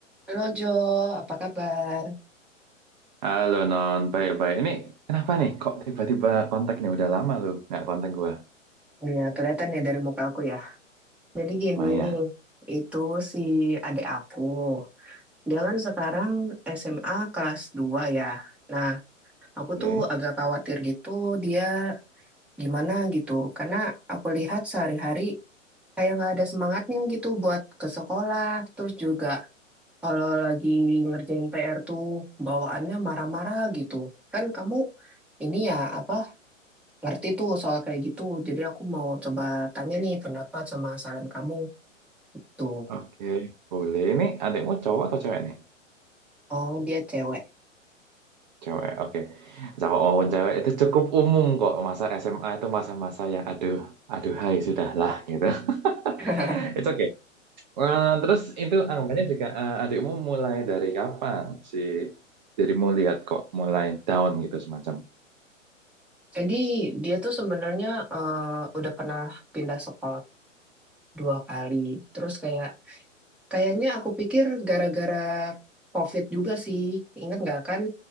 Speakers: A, in the centre; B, on the right.
A: Halo Jo, apa kabar?
B: Halo Non, baik-baik. Ini kenapa nih? Kok tiba-tiba kontak nih? Udah lama lu nggak kontak gua.
A: Iya, kelihatan ya dari muka aku ya. Jadi gini,
B: Mayan.
A: itu si adik aku. Dia kan sekarang SMA kelas 2 ya. Nah, aku
B: Oke,
A: tuh agak khawatir gitu dia gimana gitu. Karena aku lihat sehari-hari kayak nggak ada semangatnya gitu buat ke sekolah. Terus juga kalau lagi ngerjain PR tuh bawaannya marah-marah gitu. Kan kamu ini ya apa Ngerti tuh soal kayak gitu. Jadi aku mau coba tanya nih pendapat sama saran kamu. Itu.
B: Oke, boleh. Ini adikmu cowok atau cewek nih?
A: Oh, dia cewek.
B: Cewek, oke. Sama maupun cewek itu cukup umum kok. Masa SMA itu masa-masa yang aduh, aduh hai, sudahlah gitu. <laughs>
A: <laughs>
B: It's okay. Eh, terus itu anggapannya juga eh, adikmu mulai dari kapan sih? Jadi mau lihat kok mulai down gitu semacam.
A: Jadi dia tuh sebenarnya eh, udah pernah pindah sekolah dua kali. Terus kayak kayaknya aku pikir gara-gara COVID juga sih. Ingat nggak kan